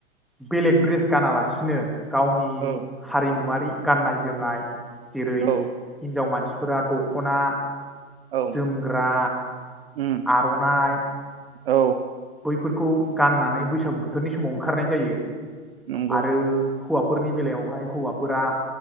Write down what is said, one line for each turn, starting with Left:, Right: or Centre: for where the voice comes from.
Centre: बेलेग द्रेस गानालासिनो। गावनि
Right: औ
Centre: हारिमुवारि। गाननाय जोमनाय। जेरै
Right: औ
Centre: हिनजाव मानसि फोरा दखना।
Right: औ
Centre: सोमग्रा।
Right: उम
Centre: आर'नाइ।
Right: औ
Centre: बैफोरखौ गाननानै बैसागु बोथोरनि समाव ओंखारनाय जायो।
Right: नंगौ
Centre: आरो। हौवाफोरनि बेलायावहाय हौवाफोरा